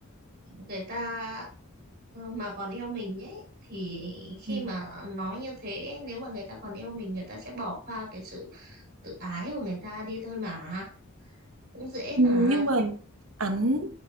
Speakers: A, on the right; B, on the right.
A: người ta mà còn yêu mình ấy thì khi
B: Ừ.
A: mà nói như thế nếu mà người ta còn yêu mình người ta sẽ bỏ qua cái sự tự ái của người ta đi thôi mà cũng dễ
B: Ừ,
A: mà
B: nhưng mà
A: <laughs>
B: ảnh